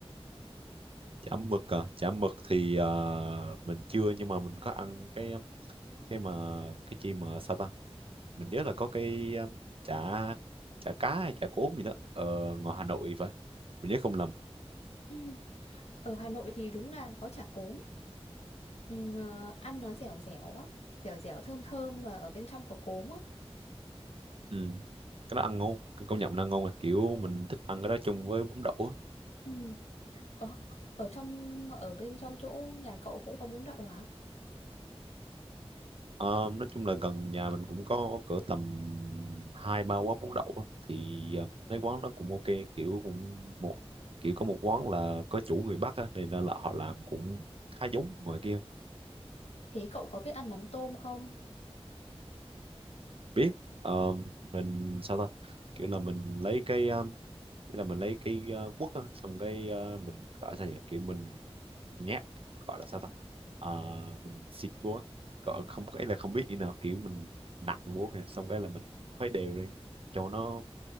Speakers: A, on the right; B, on the left.
A: chả mực à chả mực thì ờ, mình chưa nhưng mà mình có ăn cái cái mà cái chi mà sao ta mình nhớ là có cái ờ, chả chả cá hay chả cốm gì đó ở ngoài Hà Nội phải mình nhớ không lầm
B: Ừ. Ở Hà Nội thì đúng là có chả cốm Ừ, ờ, ăn nó dẻo dẻo á dẻo dẻo thơm thơm mà ở bên trong có cốm á
A: ừ. cái đó ăn ngon cái công nhận nó ăn ngon mà kiểu mình thích ăn cái đó chung với bún đậu á.
B: ừ. ở, ở trong ở bên trong chỗ nhà cậu cũng có bún đậu hả
A: Ờ, nói chung là gần nhà mình cũng có cỡ tầm hai ba quán bún đậu á. thì ờ, mấy quán nó cũng ok kiểu cũng một kiểu có một quán là có chủ người Bắc á, nên là họ làm cũng khá giống ngoài kia
B: thế cậu có biết ăn mắm tôm không
A: biết Ờ, mình sao ta kiểu là mình lấy cái um, kiểu là mình lấy cái uh, quất á, xong cái ờ, mình gọi sao nhỉ kiểu mình nhát gọi là sao ta Ờ, mình xịt búa gọi không cái là không biết như nào kiểu mình nặng búa kìa xong cái là mình khuấy đều lên cho nó